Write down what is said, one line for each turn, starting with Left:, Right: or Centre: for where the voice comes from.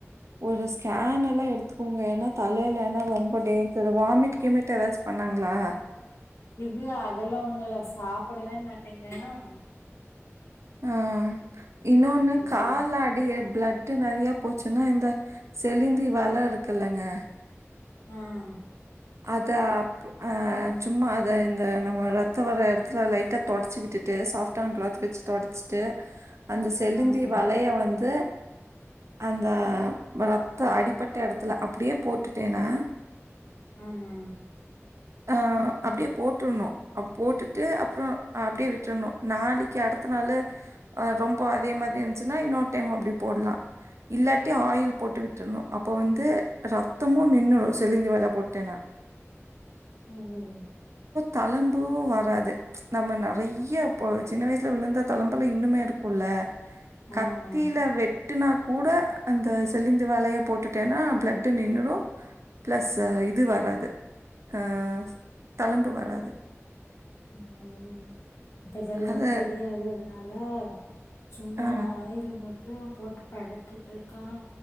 Right: ஒரு ஸ்கேன் எல்லாம் எடுத்துக்கோங்க ஏன்னா தலையில, ஏன்னா ரொம்ப டேஞ்சரு ஒமிட் கிமிட் ஏதாச்சும் பண்ணாங்களா.
Left: இல்ல அதெல்லாம் ஒன்னும் இல்ல சாப்பிடவே மாட்டேங்கிறன்.
Right: ஆஹ் இன்னொன்னு கால்ல
Left: சா
Right: அடி பிளட்டு நறைய போச்சுன்னா இந்த சிலந்தி வல இருக்குலாங்க
Left: ஆஹ்
Right: அத அப் அஹ சும்மா அத இந்த நம்ம ரத்தம் வர இடத்துல லைட்ட தொடச்சி விட்டுட்டு சாப்டான கிளாத் வச்சு தொடச்சிட்டு அந்த செலுந்தி
Left: ஆமா
Right: வலைய வந்து அந்த ரத்த அடிப்பட்ட இடத்தில அப்பிடியே போட்டுட்டேன்னா
Left: ஆமா.
Right: அஹ் அப்பிடியே போட்டுரனும் அப் போட்டுட்டு அப்றோம் அப்பிடியே விட்டுரணும் நாளைக்கு அடுத்த நாள் அஹ் ரொம்ப அதே மாதிரி இருந்திச்சுன்னா இன்னொரு டைம் அப்டி போடலாம், இல்லாட்டி ஆயில் போட்டு விட்டுரணும் அப்போ வந்து ரத்தமும் நின்னுரும் செலிந்தி வல போட் டேனா
Left: மம்
Right: தழும்பு வராது நம்ம நறைய இப்போ சின்ன வயசுல விழுந்த தழும்புயெல்லாம் இன்னுமே இருக்கும்ல. கத்தில
Left: ஆமா
Right: வெட் வெட்டுனா கூட அந்த செலிந்தி வலய போட்டுட்டேன்னா பிளட்டு நின்னிடும் பிளஸ் இத் இது வராது ஆஹ் தழும்புவராது.
Left: <unintelligible> <unintelligible>
Right: அத
Left: தெரியாது. நல்லா சும்மா
Right: ஆ
Left: ஆயில் மட் ரூம் போட்டு படுத்திட்டு இருக்கான்